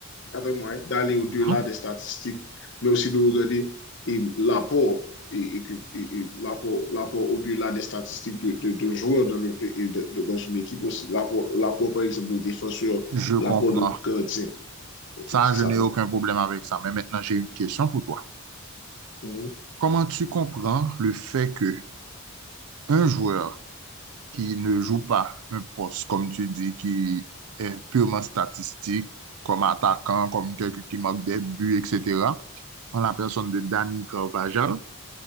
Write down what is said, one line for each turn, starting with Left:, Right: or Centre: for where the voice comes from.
Left: avec moi, d'aller au-delà
Right: Mhm.
Left: des statistiques, mais aussi de regarder et l'apport et, et que- et- et l'apport, l'apport au-delà des statistiques de, de- de joueurs dans, le- de- de- dans une équipe aussi. L'apport, l'apport, par exemple, de défenseurs,
Right: Je comprends.
Left: l'apport de gardien. OK,
Right: Ça,
Left: c'est
Right: je
Left: ça.
Right: n'ai
Left: hein?
Right: aucun problème avec ça. Mais maintenant, j'ai une question pour toi.
Left: Mhm,
Right: Comment tu comprends le fait que un joueur qui ne joue pas un poste, comme tu dis, qui est purement statistique, comme attaquant, comme quelqu'un qui marque des buts, etc., en la personne de Dani Carvajal,